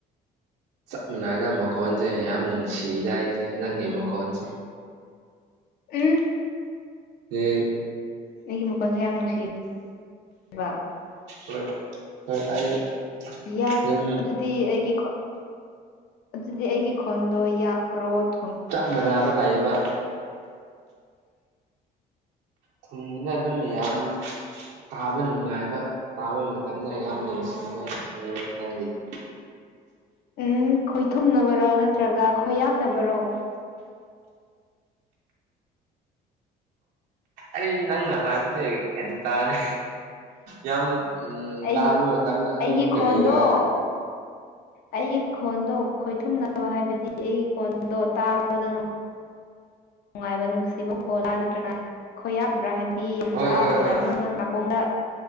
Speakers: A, on the right; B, on the left.
A: ꯆꯞ ꯃꯥꯟꯅꯏꯗ ꯃꯈꯣꯟꯁꯦ ꯌꯥꯝ ꯅꯨꯡꯁꯤꯗ ꯑꯩꯁꯦ ꯅꯪꯒꯤ ꯃꯈꯣꯟꯁꯦ
B: ꯎꯝ
A: ꯍ
B: ꯑꯩꯒꯤ ꯃꯈꯣꯟꯁꯦ ꯌꯥꯝ ꯅꯨꯡꯁꯤꯕ
A: ꯍꯣꯏ ꯍꯣꯏ ꯑꯩ
B: ꯌꯥ
A: ꯐꯤꯂꯝ
B: ꯑꯗꯨꯗꯤ ꯑꯩꯒꯤ ꯑꯗꯨꯗꯤ ꯑꯩꯒꯤ ꯈꯣꯟꯗꯣ ꯌꯥ ꯄ꯭ꯔꯣꯠ
A: ꯆꯥꯛ ꯃꯅꯥꯕ ꯂꯥꯏꯕ ꯊꯨꯡꯉꯅ ꯑꯗꯨꯝ ꯌꯥꯝ ꯇꯥꯕ ꯅꯨꯡꯉꯥꯏꯕ ꯇꯥꯕ ꯃꯇꯝꯗ ꯌꯥꯝ ꯅꯨꯡꯁꯤꯕꯔꯃꯦ ꯅꯪꯒꯤꯗꯤ
B: ꯎꯝ ꯈꯣꯏꯊꯨꯝꯅꯕꯔꯥ ꯅꯠꯇ꯭ꯔꯒ ꯈꯣꯏꯌꯥꯛꯅꯕꯔꯣ
A: ꯑꯩ ꯅꯪꯅ ꯍꯥꯏꯕꯁ ꯩ ꯇꯥꯔꯦ ꯌꯥꯝ ꯎꯝ
B: ꯑꯩ
A: ꯇꯥꯕ ꯃꯇꯝꯗ ꯑꯗꯨꯝ
B: ꯑꯩꯒꯤ
A: ꯀꯔꯤꯅ
B: ꯈꯣꯟꯗꯣ ꯑꯩꯒꯤ ꯈꯣꯟꯗꯣ ꯈꯣꯏꯊꯨꯝꯅꯕ ꯍꯥꯏꯕꯗꯤ ꯑꯩꯒꯤ ꯈꯣꯟꯗꯣ ꯇꯥꯕꯗꯅꯨꯡ ꯅꯨꯡꯉꯥꯏꯕ ꯅꯨꯡꯁꯤꯕ ꯈꯣꯂꯥ ꯅꯠꯇ꯭ꯔꯒ ꯈꯣꯏꯌꯥꯕ꯭ꯔꯥ ꯍꯥꯏꯕ ꯗꯤ ꯌꯥꯝꯅ
A: ꯍꯣꯏ ꯍꯣꯏ
B: ꯇꯥꯗ
A: ꯍꯣꯏ
B: ꯑꯉꯥꯡ ꯑ ꯉꯅꯥꯀꯣꯡꯗ